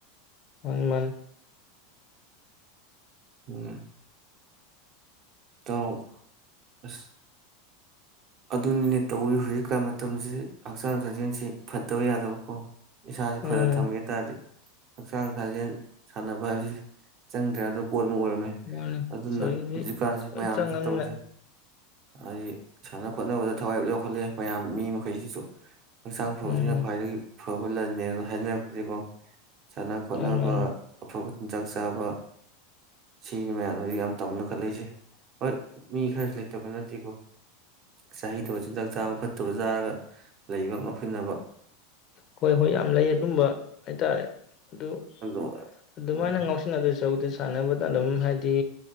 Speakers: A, on the left; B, on the right.
A: ꯃꯥꯅꯦ ꯃꯥꯅꯦ
B: ꯎꯝ ꯇꯧ ꯑꯁ ꯑꯗꯨꯅꯤꯅꯦ ꯇꯧꯔꯤ ꯍꯧꯖꯤꯛꯀꯥꯟ ꯃꯇꯝꯁꯤ ꯍꯛꯆꯥꯡ ꯁꯥꯖꯦꯟꯁꯤ ꯐꯠꯇꯕ ꯌꯥꯗꯕꯀꯣ ꯏꯁꯥꯁꯤ ꯐꯔ
A: ꯎꯝ
B: ꯊꯝꯒꯦ ꯇꯥꯔꯗꯤ ꯍꯛꯆꯥꯡ ꯁꯥꯖꯦꯟ ꯁꯥꯟꯅꯕ ꯍꯥꯏꯕꯁꯤ ꯆꯪꯗ꯭ꯔꯦ ꯑꯗꯣ ꯄꯣꯠ ꯑꯃ ꯑꯣꯏꯔꯝꯃꯦ
A: ꯃꯥꯅꯦ
B: ꯑꯗꯨꯅ
A: ꯆꯣꯏꯗꯤ
B: ꯍꯧꯖꯤꯛꯀꯥꯟꯁꯨ
A: ꯂꯣꯏ
B: ꯃꯌꯥꯝꯁꯤꯅ
A: ꯆꯪꯉꯅꯤꯅ
B: ꯇꯧꯔꯤꯁꯦ ꯑꯩ ꯁꯥꯟꯅ ꯈꯣꯠꯅꯕ ꯊꯋꯥꯏ ꯌꯥꯎꯈꯠꯂꯦ ꯃꯌꯥꯝ ꯃꯤ ꯃꯈꯩꯁꯤꯁꯨ ꯍꯛꯆꯥꯡ
A: ꯎꯝ
B: ꯐꯕ ꯁꯤꯅ ꯈ꯭ꯋꯥꯏꯗꯒꯤ ꯐꯕ ꯂꯟꯅꯦꯅ ꯍꯥꯏꯅꯔꯛꯄꯗꯩ ꯀꯣ ꯁꯥꯟꯅ ꯈꯣꯠꯅꯕ
A: ꯃꯥꯅꯤ ꯃꯥꯅꯤ
B: ꯑꯐꯕ ꯆꯤꯟꯖꯥꯛ ꯆꯥꯕ ꯁꯤꯅꯤ ꯃꯌꯥꯝꯅ ꯍꯧꯖꯤꯛ ꯌꯥꯝ ꯇꯧꯅ ꯈꯜꯂꯛꯏꯁꯦ ꯍꯣꯏ ꯃꯤ ꯈꯔꯁꯨ ꯂꯩ ꯇꯧꯕ ꯅꯠꯇꯦꯀꯣ ꯆꯍꯤ ꯇꯨꯒ ꯆꯤꯟꯖꯥꯛ ꯆꯥꯕ ꯐꯠꯇꯕ ꯆꯥꯔꯒ ꯂꯩꯕ ꯉꯧꯁꯤꯟꯅꯕ
A: ꯍꯣꯏ ꯍꯣꯏ ꯌꯥꯝ ꯂꯩ ꯑꯗꯨꯝꯕ ꯍꯥꯏꯇꯥꯔꯦ ꯑꯗꯨ
B: ꯑꯗꯨ
A: ꯑꯗꯨꯃꯥꯏꯅ
B: ꯎꯝ
A: ꯉꯥꯎꯁꯤꯟꯅꯗꯣꯏꯁꯨ ꯁꯥꯟꯅꯕꯗ ꯑꯗꯨꯝ ꯍꯥꯏꯗꯤ